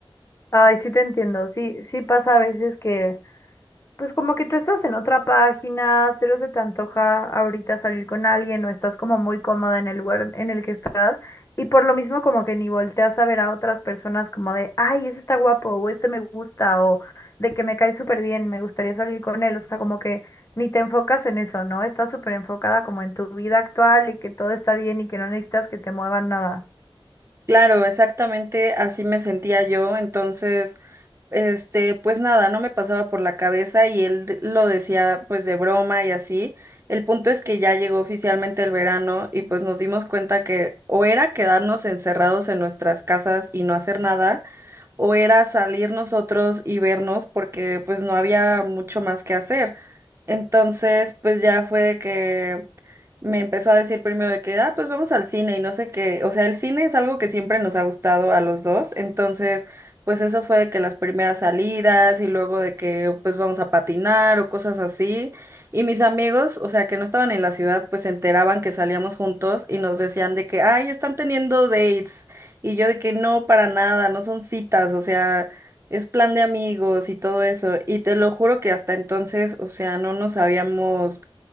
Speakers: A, on the left (about 30°); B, on the right (about 30°).
A: Ay, sí te entiendo, sí, sí pasa a veces que, pues como que tú estás en otra página, cero se te antoja ahorita salir con alguien o estás como muy cómoda en el lugar en el que estás y por lo mismo como que ni volteas a ver a otras personas como de, ay, ese está guapo o este me gusta o de que me cae súper bien, me gustaría salir con él, o sea, como que ni te enfocas en eso, ¿no? Estás súper enfocada como en tu vida actual y que todo está bien y que no necesitas que te muevan nada.
B: Claro, exactamente así me sentía yo, entonces... Este, pues nada, no me pasaba por la cabeza y él de- lo decía pues de broma y así. El punto es que ya llegó oficialmente el verano y pues nos dimos cuenta que o era quedarnos encerrados en nuestras casas y no hacer nada o era salir nosotros y vernos porque pues no había mucho más que hacer. Entonces, pues ya fue de que me empezó a decir primero de que, ah, pues vamos al cine y no sé qué. O sea, el cine es algo que siempre nos ha gustado a los dos. Entonces, pues eso fue de que las primeras salidas y luego de que pues vamos a patinar o cosas así. Y mis amigos, o sea, que no estaban en la ciudad, pues se enteraban que salíamos juntos y nos decían de que, ay, están teniendo dates. Y yo de que no, para nada, no son citas, o sea, es plan de amigos y todo eso. Y te lo juro que hasta entonces, o sea, no nos habíamos